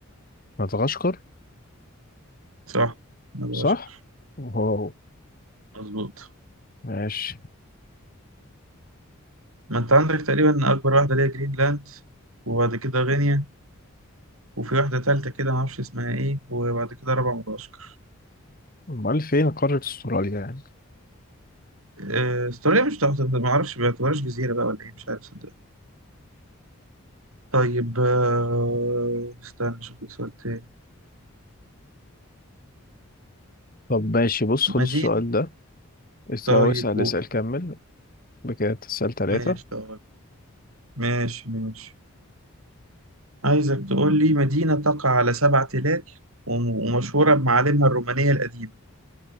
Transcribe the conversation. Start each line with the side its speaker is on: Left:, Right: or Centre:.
Left: مدغشقر
Right: صح مدغشقر
Left: صح واو
Right: مظبوط
Left: ماشي
Right: ما أنت عندك تقريبا أكبر واحدة اللي هي جرينلاند وبعد كده غينيا وفي واحدة تالتة كده معرفش اسمها ايه وبعد كده رابعة مدغشقر
Left: امال فين قارة استراليا يعني
Right: آه، استراليا مش تحت معرفش بيعتبرهاش جزيرة بقى ولا ايه مش عارف صدق طيب آه، استنى اشوف لك سؤال تاني
Left: طب ماشي بص
Right: مدينة
Left: خد السؤال ده اس-
Right: طيب
Left: أو اسأل
Right: قول
Left: اسأل كمل بكده تسأل ثلاثة
Right: ماشي طيب. ماشي ماشي عايزك تقول لي مدينة تقع على سبع تلال وم- ومشهورة بمعالمها الرومانية القديمة